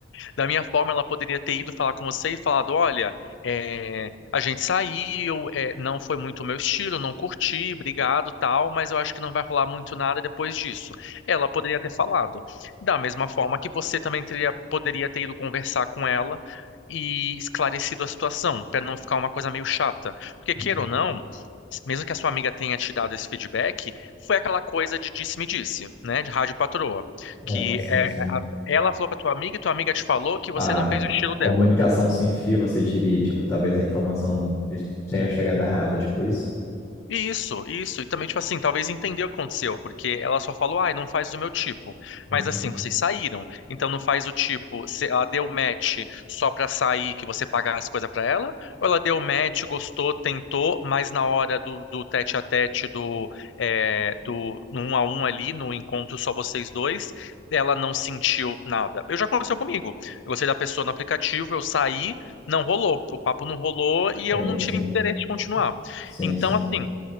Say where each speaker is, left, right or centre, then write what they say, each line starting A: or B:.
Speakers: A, on the left; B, on the left.
A: Da minha forma, ela poderia ter ido falar com você e falado: olha, é, a gente saiu, é, não foi muito o meu estilo, não curti, obrigado, tal, mas eu acho que não vai rolar muito nada depois disso. Ela poderia ter falado. Da mesma forma que você também teria, poderia ter ido conversar com ela e esclarecido a situação, para não ficar uma coisa meio chata. Porque,
B: É.
A: queira ou não. Mesmo que a sua amiga tenha te dado esse feedback, foi aquela coisa de disse-me-disse, né? De rádio patroa
B: É,
A: que
B: sim,
A: é,
B: sim.
A: ela falou pra tua amiga e tua amiga te falou que você
B: A
A: não fez o estilo
B: comunicação
A: dela.
B: sem fio, você diria, tipo, talvez a informação tenha chegado errada, tipo isso?
A: Isso, isso. E também, tipo assim, talvez entender o que aconteceu, porque ela só falou, ai, não faz o meu tipo.
B: Uhum.
A: Mas assim, vocês saíram, então não faz o tipo. Se ela deu match só pra sair, que você pagar as coisas pra ela? Ou ela deu match, gostou, tentou, mas na hora do, do tete a tete, do, é, do no um a um ali, no encontro só vocês dois, ela não sentiu nada. Eu já aconteceu comigo. Eu gostei da pessoa no aplicativo, eu saí, não rolou. O papo não rolou e eu
B: Sim,
A: não tive
B: sim.
A: interesse de continuar.
B: Sim,
A: Então,
B: sim.
A: assim.